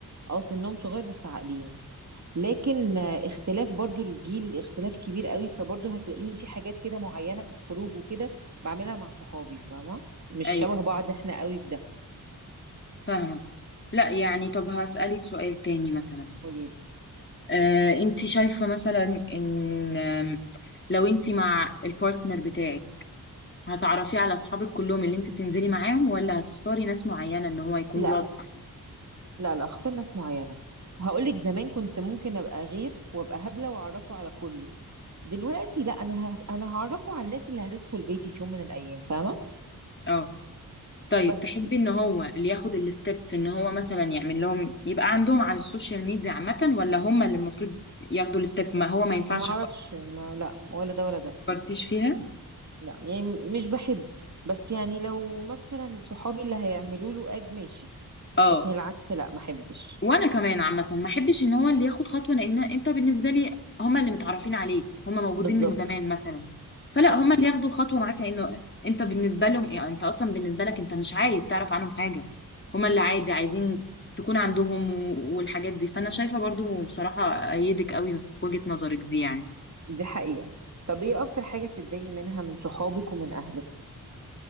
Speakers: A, on the right; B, on the left.
A: اه سنهم صغير بس عاقلين لكن آه، اختلاف برضو الجيل اختلاف كبير قوي فبرضو هتلاقيني في حاجات كده معينه في الخروج وكده بعملها مع صحابي فاهمه مش
B: ايوه
A: شبه بعض احنا قوي في ده
B: فاهمه لا يعني طب هسألك سؤال تاني مثلا
A: قوليلي
B: آه انت شايفه مثلا ان آم، لو انت مع البارتنر بتاعك هتعرفيه على اصحابك كلهم اللي انت بتنزلي معاهم ولا هتختاري ناس معينه ان هو يكون
A: لا
B: بيقعد معاهم
A: لا لا اختار ناس معينة هقولك زمان كنت ممكن ابقى غير وابقى هبلة واعرفه على كله دلوقتي لا انا هس... انا هعرفه على الناس اللي هتدخل بيتي في يوم من الايام فاهمة
B: اه طيب
A: بس
B: تحبي ان هو اللي ياخد الستيب في ان هو مثلا يعمل لهم يبقى عندهم على السوشيال ميديا عامة ولا هم اللي المفروض ياخدوا الستيب ما هو ما ينفعش
A: ما اعرفش ما لا ولا ده ولا ده
B: فكرتيش فيها
A: لا يعني مش بحب بس يعني لو مثلا صحابي اللي هيعملوا له اد ماشي
B: اه
A: لكن العكس لا ما احبش
B: وانا كمان عامة ما احبش ان هو اللي ياخد خطوة لان انت بالنسبة لي هم اللي متعرفين عليك هم موجودين
A: بالظبط
B: من زمان مثلا فلا
A: صح
B: هم اللي ياخدوا الخطوة معاك لانه انت بالنسبة لهم يعني انت اصلا بالنسبة لك انت مش عايز تعرف عنهم حاجة هم اللي عادي عايزين تكون عندهم و- والحاجات دي فانا شايفة برضو بصراحة ايدك قوي في وجهة نظرك دي يعني
A: دي حقيقة طب ايه اكتر حاجة بتتضايقي منها من صحابك ومن اهلك